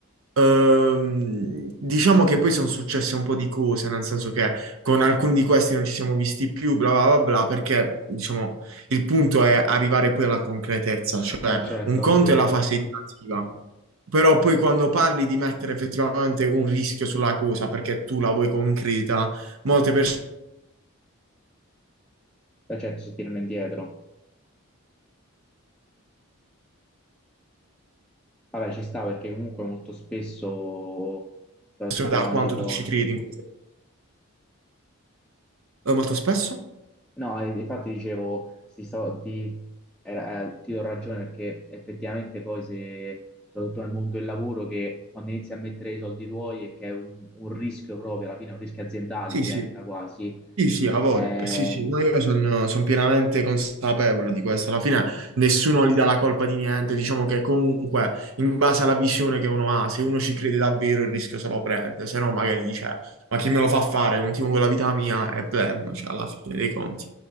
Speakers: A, on the right; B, in the centre.
A: Ehm, diciamo che poi sono successe un po' di cose, nel senso che con alcuni di questi non ci siamo visti più, bla bla bla bla, perché diciamo il punto è arrivare poi alla concretezza, cioè
B: Eh certo,
A: un conto
B: ovvio.
A: è la fase ideativa, però poi quando parli di mettere effettivamente un rischio sulla cosa perché tu la vuoi concreta, molte persone
B: la gente si tirano indietro. Vabbè, ci sta perché comunque molto spesso, soprattutto
A: da
B: quando
A: quanto
B: poi...
A: tu ci credi in questo. Eh, molto spesso?
B: No, e- infatti dicevo, sti soldi, era- eh, ti do ragione perché effettivamente poi se, soprattutto nel mondo del lavoro, che quando inizi a mettere i soldi tuoi e che è un, un rischio proprio, alla fine un rischio aziendale
A: Sì,
B: diventa
A: sì.
B: quasi...
A: Sì, sì, ha voglia.
B: Eh,
A: Sì, sì, ma io sono pienamente consapevole di questo. Alla fine nessuno gli dà la colpa di niente. Diciamo che comunque, in base alla visione che uno ha, se uno ci crede davvero, il rischio se lo prende. Se no, magari dice, ma chi me lo fa fare? Continuo con la vita mia e pleno, cioè, alla fine dei conti.